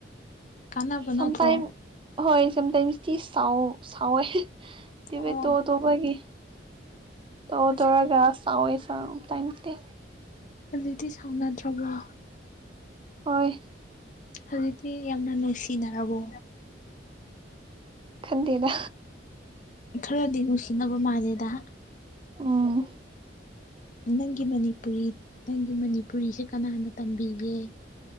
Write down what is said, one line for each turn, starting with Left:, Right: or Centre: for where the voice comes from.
Left: ꯀꯥꯟꯅꯕ ꯅꯠꯇ꯭ꯔꯣ
Right: ꯁꯝꯇꯥꯏꯝ ꯍꯣꯏ ꯁꯝꯇꯥꯏꯝ ꯃꯤꯁꯇꯤꯁ ꯁꯥꯎ ꯁꯥꯎꯋꯦ ꯗꯤꯕꯦꯠꯇꯣꯗꯣ
Left: ꯑꯣ
Right: ꯍꯣꯏꯒꯤ ꯇꯧ
Left: ꯍꯧꯖꯤꯛ
Right: ꯇꯧꯔꯒ ꯁꯥꯎꯋꯦ ꯁꯥꯎꯋꯦ ꯇꯥꯏꯃꯦꯇꯦ
Left: ꯍꯧꯖꯤꯛꯇꯤ ꯁꯥꯎꯅꯗ꯭ꯔꯕꯣ
Right: ꯍꯣꯏ
Left: ꯍꯧꯖꯤꯛꯇꯤ ꯌꯥꯝꯅ ꯅꯨꯡꯁꯤꯅꯔꯕꯣ
Right: ꯈꯟꯗꯦꯗ
Left: ꯈꯔꯗꯤ ꯅꯨꯡꯁꯤꯅꯕ ꯃꯥꯜꯂꯦꯗ
Right: ꯎꯝ
Left: ꯅꯪꯒꯤ ꯃꯅꯤꯄꯨꯔꯤ ꯅꯪꯒꯤ ꯃꯅꯤꯄꯨꯔꯤꯁꯦ ꯀꯅꯥꯅ ꯇꯝꯕꯤꯒꯦ